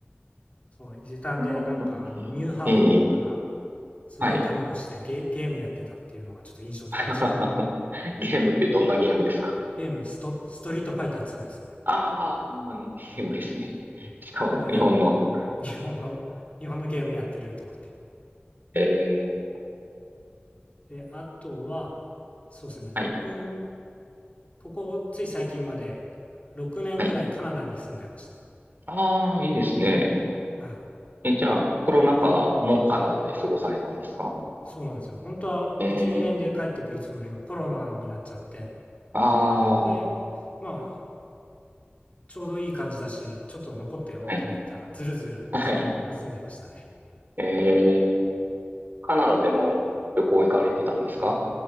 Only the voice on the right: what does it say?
その時、ええ、
はい。
<laughs> ゲームってどんなゲームですか
ああ、ほんまに、無いですね。
しかも、日本の。
えー、
はい、
はい。ああ、いいですね。
え、じゃあ、コロナ禍もカナダで過ごされたんですか
えー、
ああ、
はい、
はい。えー、カナダでも旅行行かれてたんですか